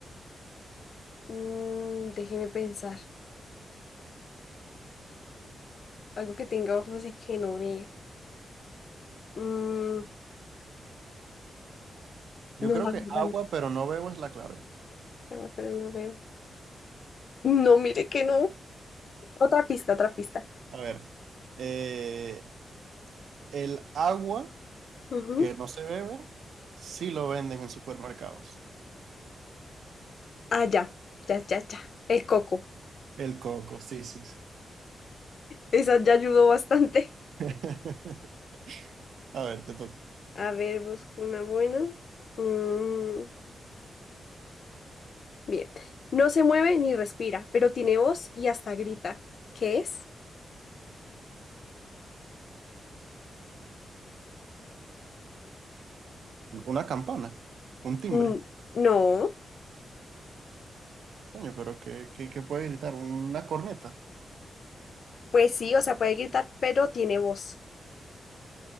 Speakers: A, on the left; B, on the right.
A: Mm, déjeme pensar. Algo que tenga ojos y que no vea. Mm,
B: Yo
A: no,
B: creo
A: la
B: que
A: verdad
B: agua,
A: no.
B: pero no bebo es la clave.
A: Pero pero no veo. No, mire que no. Otra pista, otra pista.
B: A ver. eh, el agua
A: Ujú.
B: que no se bebe, sí lo venden en supermercados.
A: Ah, ya. Ya, ya, ya. El coco.
B: El coco, sí, sí, sí.
A: Esa ya ayudó bastante.
B: <laughs> A ver, te toca.
A: <laughs> A ver, busco una buena. Mm, bien. No se mueve ni respira, pero tiene voz y hasta grita. ¿Qué es?
B: Una campana, un timbre.
A: Mm, no.
B: Coño, pero ¿qué, qué, qué puede gritar? ¿Una corneta?
A: Pues sí, o sea, puede gritar, pero tiene voz.